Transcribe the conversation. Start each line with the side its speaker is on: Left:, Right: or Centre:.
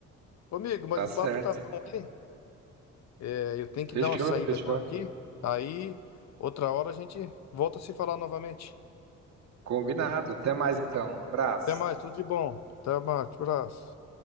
Left: Ô, amigo, mas
Right: Tá
Left: o
Right: certo.
Left: papo tá bom aí. É, eu tenho que
Right: Fechou,
Left: dar uma saída
Right: fechou.
Left: agora aqui. Aí, outra hora a gente volta a se falar novamente.
Right: Combinado. Até mais então. Um abraço.
Left: Até mais, tudo de bom. Até mais, abraço.